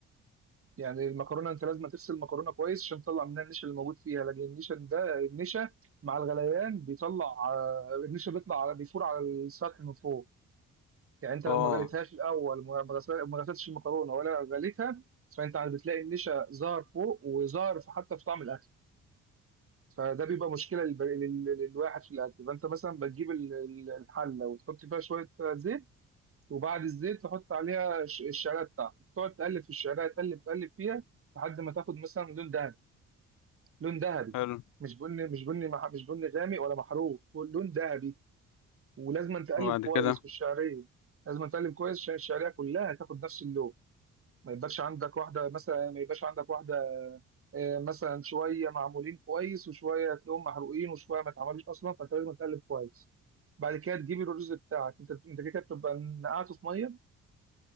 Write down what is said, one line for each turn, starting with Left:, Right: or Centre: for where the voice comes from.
Right: يعني المكرونه انت لازم تغسل المكرونه كويس عشان تطلع منها النشا اللي موجود فيها لكن النشا ده النشا مع الغليان بيطلع آه، النشا بيطلع على- بيفور على السطح من فوق يعني انت لو
Left: اه
Right: ما غليتهاش الاول ما ما غسل- ما غسلتش المكرونه ولا غليتها فانت عاد بتلاقي النشا ظهر فوق وظهر في- حتى في طعم الاكل فده بيبقى مشكله للب- لل- للواحد في الاكل فانت مثلا بتجيب ال- ال- الحله وتحط فيها شويه زيت وبعد الزيت تحط عليها الش- الشعريه بتاعتك تقعد تقلب في الشعريه تقلب تقلب فيها لحد ما تاخد مثلا لون دهبي لون ذهبي
Left: حلو
Right: مش بني مش بني مح... مش بني غامق ولا محروق لون ذهبي ولازم تقلب
Left: وبعد
Right: كويس
Left: كده
Right: في الشعريه لازم تقلب كويس عشان الشعريه كلها تاخد نفس اللون ما يبقاش عندك واحده مثلا ما يبقاش عندك واحده آه، مثلا شويه معمولين كويس وشويه تلاقيهم محروقين وشويه ما اتعملوش اصلا فانت لازم تقلب كويس بعد كده تجيب الرز بتاعك انت انت كده بتبقى نقعته في ميه